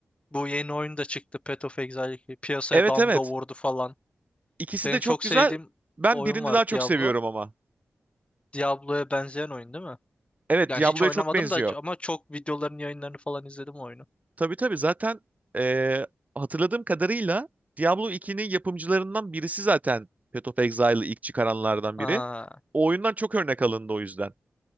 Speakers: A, on the left; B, on the right.
A: Bu yeni oyun da çıktı Path of Exile 2. Piyasaya
B: evet
A: damga
B: evet.
A: vurdu falan.
B: İkisi
A: Benim
B: de çok
A: çok
B: güzel.
A: sevdiğim
B: Ben
A: oyun
B: birini
A: var
B: daha çok
A: Diablo.
B: seviyorum ama.
A: Diablo'ya benzeyen oyun değil mi?
B: Evet
A: Yani
B: Diablo'ya
A: hiç oynamadım
B: çok benziyor.
A: da ama çok videoların yayınlarını falan izledim o oyunu.
B: Tabii tabii zaten eee, hatırladığım kadarıyla Diablo 2'nin yapımcılarından birisi zaten Path of Exile'ı ilk çıkaranlardan
A: Ha,
B: biri. O oyundan çok örnek alındı o yüzden.